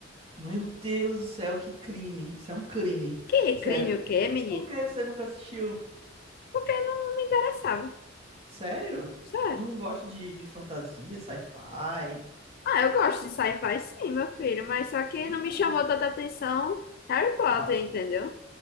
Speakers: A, on the right (about 30°); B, on the left (about 50°).
A: Meu Deus do céu, que crime. Isso é um crime.
B: Que
A: Sério,
B: crime
A: por-
B: o quê, menino?
A: mas por que você nunca assistiu?
B: Porque não me interessava.
A: Sério?
B: Sério.
A: Não gosta de, de fantasia, sci-fi?
B: Ah, eu gosto de sci-fi sim, meu filho, mas só que
A: Pois
B: não me
A: é.
B: chamou tanta atenção Harry Potter,
A: Ah, s-
B: entendeu?